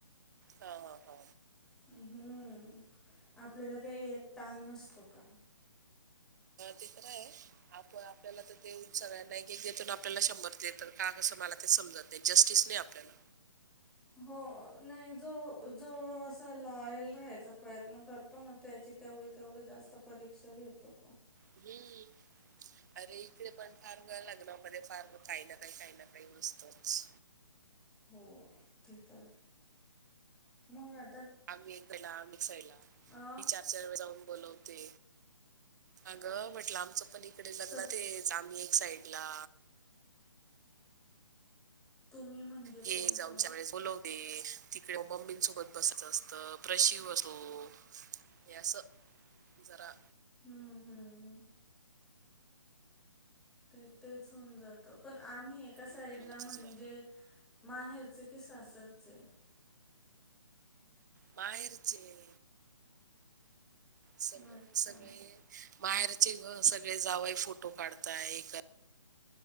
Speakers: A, on the right; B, in the centre.
A: हा हा
B: हम्म आपल्याला काही एक ताण असतो का
A: ते तर आहे आपण आपल्याला तर देऊन सगळ्यांना एक एक देत आपल्याला शंभर देत का मला ते समजत नाही जस्टिस नाही आपल्याला
B: हो नाही जो जो अस लॉयल राहायचा प्रयत्न करतो ना त्याची तेवढे तेवढे जास्त परीक्षा घेतो.
A: <unintelligible> अरे इकडे पण फार काय, लग्नामध्ये फार काही ना काही, काही ना काही दिसतच.
B: हो ते तर, मंग आ
A: आम्ही आम्ही.
B: अ
A: मी चार चार वेळे जाऊन बोलवते. अगं म्हटलं आमचं पण इकडे लग्न
B: स
A: तेच, आम्ही एक साइडला
B: तुम्ही म्हणजे
A: हे
B: कोण
A: जाऊनच्या
B: कोण
A: वेळेस बोलवते. तिकडे मम्मींसोबत बसायचं असतं. प्रशीव असो, हे असं जरा
B: हं हम्मम ते तेच होऊन जात, पण आम्ही एका
A: म्हटलं
B: साइडला
A: वाचच
B: म्हणजे
A: झालं
B: माहेरचे की सासरचे
A: माहेरचे वो सग
B: अच्छा
A: सगळे, माहेरचे गं सगळे जावय फोटो काढताय एकदम